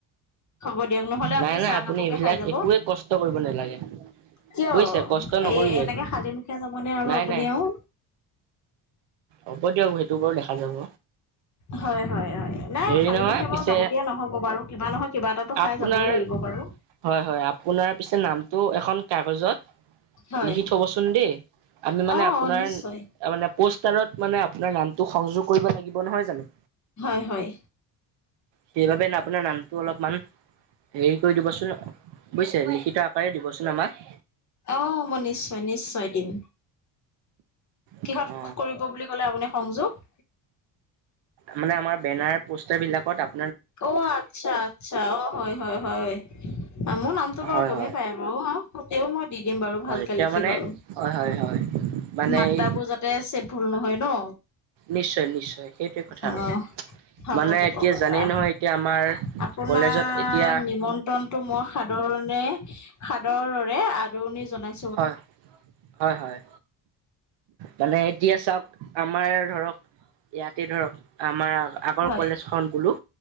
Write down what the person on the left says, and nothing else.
হ'ব দিয়ক নহ'লে
আপুনি
চাহ একাপকে
খাই যাব।
কিয়
এ এনেকে
খালি মুখে যাবনে আৰু
আপুনি
আওঁ।
হয়, হয়, হয় নাই
খালিমুখে
বাৰু যাব দিয়া নহব বাৰু কিবা নহয় কিবা এটাটো খাই
যাবই লাগিব বাৰু।
হয়
অ
অ নিশ্চয়
হয়, হয়।
অ মই নিশ্চয়, নিশ্চয় দিম।
কিহত কৰিব বুলি ক'লে আপুনি সংযোগ?
অ আচ্ছা, আচ্ছা অ হয়, হয়, হয় মোৰ নামটো বাৰু
গমেই
পায়। অ তেও মই দি দিম বাৰু
ভালকে
লিখি
বাৰু।
মাত্ৰা
বোৰ যাতে চেপ ভুল নহয় ন।
অ
হ'ব
হ'ব
বাৰু
আপোনাৰ
নিমন্ত্ৰ ন্তটো মই সাদৰণে সাদৰৰে আদৰণি জনাইছোঁ।
হয়